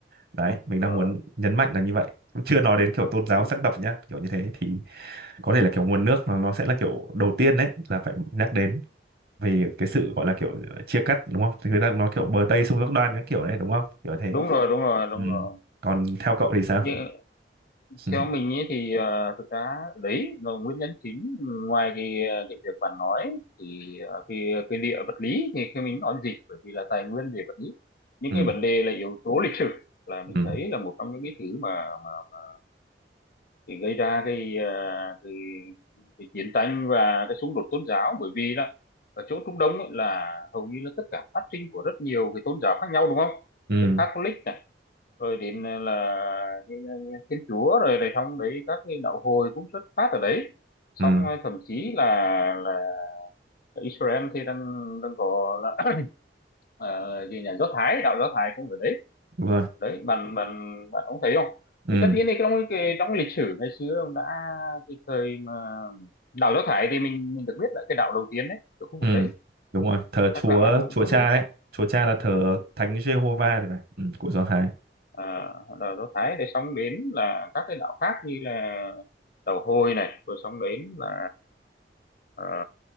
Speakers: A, on the right; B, on the left.
A: đấy mình
B: rồi
A: đang muốn nhấn mạnh là như vậy cũng chưa nói đến kiểu tôn giáo
B: rồi
A: sắc tộc nhá kiểu như thế thì có thể là kiểu nguồn nước nó nó sẽ là kiểu đầu tiên đấy là phải nhắc đến về cái sự gọi là kiểu chia cắt đúng không thì người ta nói kiểu bờ Tây sông Giác Đoan các kiểu này đúng không kiểu thế
B: đúng rồi đúng rồi đúng
A: ừ.
B: rồi
A: còn theo cậu thì sao
B: nhưng
A: <laughs>
B: theo mình ấy thì à, thực ra đấy là nguyên nhân chính ngoài cái à, cái việc bạn nói thì à, cái cái địa vật lý thì khi mình nói gì bởi vì là tài nguyên về vật lý những
A: ừ.
B: cái vấn đề là yếu tố lịch sử là mình
A: Ừ. Ừ.
B: thấy là một trong những cái thứ mà mà mà thì gây ra cái, ờ, cái, cái chiến tranh và cái xung đột tôn giáo bởi vì là ở chỗ Trung Đông ấy là hầu như là tất cả phát sinh của rất nhiều cái tôn giáo khác nhau đúng không?
A: Ừ.
B: Cái Catholic này, rồi đến là cái- cái Thiên Chúa rồi rồi xong đấy các cái đạo hồi cũng xuất phát ở đấy. Xong
A: Ừ.
B: ờ, thậm chí là là Israel thì đang đang có là, <coughs> ờ, gì nhà Do Thái, đạo Do Thái cũng ở đấy
A: đúng rồi
B: đấy bạn bạn bạn cũng thấy không
A: ừ.
B: thì tất nhiên thì trong cái trong lịch sử ngày xưa ông đã cái thời mà đảo Do Thái thì mình mình được biết là cái đảo đầu tiên đấy ở khu
A: Ừ.
B: vực đấy
A: đúng rồi thờ chúa
B: chắc là bạn cũng
A: chúa
B: cũng
A: cha
B: biết
A: đấy chúa cha là thờ thánh giê hô va thì phải ừ. của Do Thái
B: à, đảo Do Thái để xong đến là các cái đảo khác như là đảo Hồi này rồi xong đến là ờ,